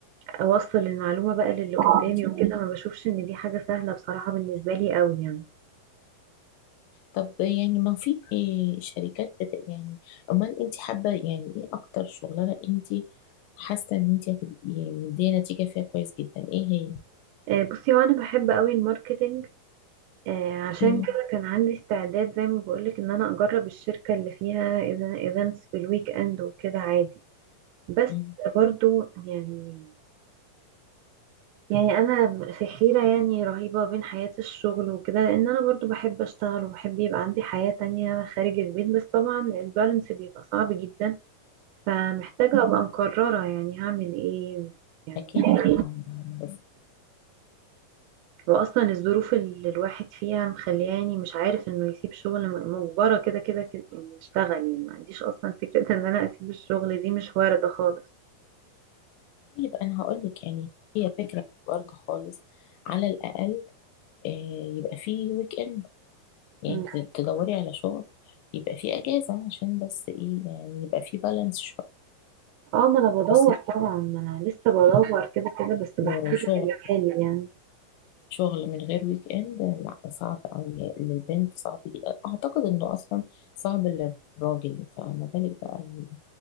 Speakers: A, on the right (about 90°); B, on the left (about 80°).
A: اوصل المعلومة بقى للي قدامي
B: ممتازة
A: وكده ما بشوفش ان دي حاجة سهلة بصراحة بالنسبة لي قوي يعني
B: طب يعني ما في شركات بت... يعني امال انت حابه يعني ايه اكتر شغلانه انت حاسه ان انت هتبقي مديه نتيجه فيها كويس جدا ايه هي
A: آه، بصي وانا بحب قوي الماركتنج آه، عشان
B: مم.
A: كده كان عندي استعداد زي ما بقولك ان انا اجرب الشركة اللي فيها ايفنتس في الويك اند وكده عادي بس
B: مم.
A: برضو يعني يعني انا في حيرة يعني رهيبة بين حياة الشغل وكده لان انا برضو بحب اشتغل وبحب يبقى عندي حياة تانية خارج البيت بس طبعا البالانس بيبقى صعب جدا فمحتاجة ابقى مقررة يعني هعمل ايه يعني
B: اكيد
A: يعني
B: طبعا بس
A: واصلا الظروف اللي الواحد فيها مخلياني مش عارف انه يسيب شغل م- مجبرة كده كده كده اني اشتغل يعني ما عنديش اصلا فكرة ان انا اسيب الشغل دي مش واردة خالص
B: يبقى انا هقول لك يعني هي فكره برضه خالص على الاقل آه، يبقى في ويك اند يعني
A: مم.
B: ت- تدوري على شغل يبقى في اجازه عشان بس ايه يعني يبقى في بالانس شويه
A: اه ما انا بدور
B: بس
A: طبعا ما انا لسه بدور كده كده بس بحكي
B: انه شغل
A: لك اللي حالي يعني
B: شغل من غير ويك اند لا صعب قوي للبنت صعب جدا اعتقد انه اصلا صعب للراجل فما بالك بقى ال-